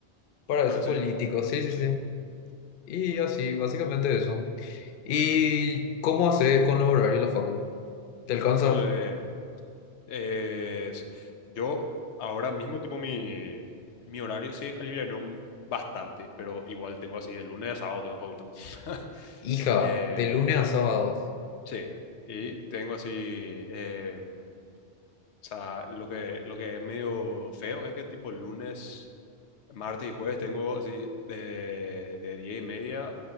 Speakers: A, on the left (about 60°); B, on the left (about 80°).
A: para
B: pero
A: ese
B: eso,
A: político. Sí, sí,
B: sí.
A: sí. Y así, básicamente eso. ¿Y cómo haces con los horarios de la facu? ¿Te alcanza?
B: No, eh, Eh, sí. yo ahora mismo, tipo, mi, mi horario se alivianó bastante, pero igual tengo así de lunes a sábado tengo facultad. <laughs>
A: Hija,
B: Eh,
A: de lunes a sábados.
B: sí, y tengo así, eh, o sea, lo que, lo que es medio feo es que tipo lunes, martes y jueves tengo así de, de 10 y media